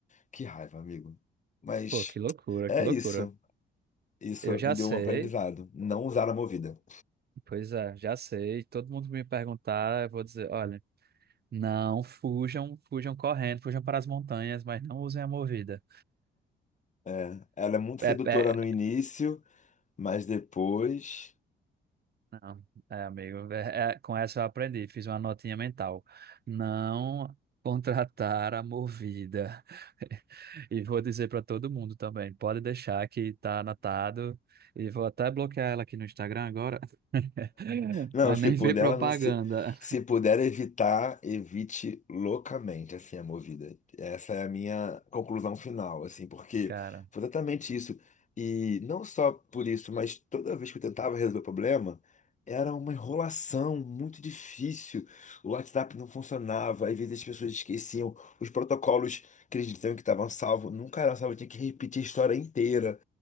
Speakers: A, on the left; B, on the right.
A: que raiva, amigo. Mas
B: Pô, que loucura,
A: é
B: que loucura.
A: isso. Isso
B: Eu já
A: me deu
B: sei,
A: um aprendizado. Não usar a Movida.
B: pois é, já sei. Todo mundo me perguntar, eu vou dizer, olha, não fujam, fujam correndo, fujam para as montanhas, mas não usem a movida.
A: É, ela é muito
B: É,
A: sedutora
B: é,
A: no início, mas depois.
B: Não, é, amigo, é- é- com essa eu aprendi, fiz uma notinha mental. Não contratar a Movida. <laughs> E vou dizer para todo mundo também, pode deixar que tá anotado. E vou até bloquear ela aqui no Instagram agora. <laughs>
A: Não,
B: Ela
A: se
B: nem
A: puder,
B: vê propaganda.
A: ela não se. Se puder evitar, evite loucamente, assim, a movida. Essa é a minha conclusão final, assim, porque
B: Cara,
A: foi exatamente isso. E não só por isso, mas toda vez que eu tentava resolver o problema, era uma enrolação muito difícil. O WhatsApp não funcionava, às vezes as pessoas esqueciam, os protocolos que eles diziam que estavam salvos nunca eram salvos, tinha que repetir a história inteira.